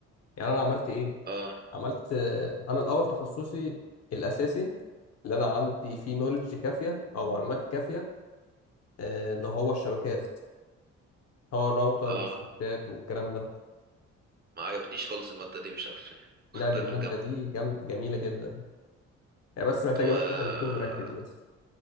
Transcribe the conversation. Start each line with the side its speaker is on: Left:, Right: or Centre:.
Left: يعني انا عملت ايه
Right: اه
Left: عملت آه، انا الاول تخصصي الاساسي اللي انا عندي فيه نولج كافية او معلومات كافية آه، اللي هو الشبكات هو الراوتر
Right: اه
Left: والسويتشات والكلام ده
Right: ما عجبتنيش خالص الماده دي مش عارف ليه خدتها
Left: نادي المادة
Right: في الجامعه
Left: دي جم- جميلة جدا يعني بس محتاجة
Right: طب آه،
Left: بس واحد يكون مركز بس